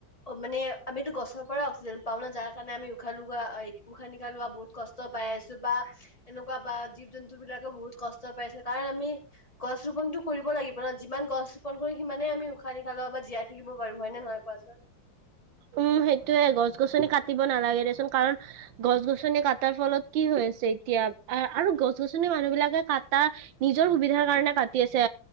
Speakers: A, on the left; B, on the right.
A: অ' মানে আমিতো গছৰ পৰা অক্সিজেন পাওঁ না যাৰ কাৰণে আমি উশাহ লোৱা, এ উশাহ-নিশাহ লোৱা বহুত কষ্ট পাই আছো বা এনেকু কুৱা বা জীৱ-জন্তু বিলাকেও বহুত কষ্ট পাইছে, কাৰণ আমি গছ ৰোপনটো কৰিব লাগিব ন, যিমান গছ ৰোপন কৰো সিমানেই আমি উশান-নিশাহ ল'ব বা জীয়াই থাকিব পাৰো, হয়নে নহয় কোৱাচোন?
B: উম, সেইটোয়ে গছ-গছনি কাটিব নালাগে দে চোন কাৰণ গছ-গছনি কাটাৰ ফলত কি হৈ আছে এতিয়া আহ আৰু গছ-গছনি মানুহ বিলাকে কটা নিজৰ সুবিধাৰ কাৰনে কাটি আছে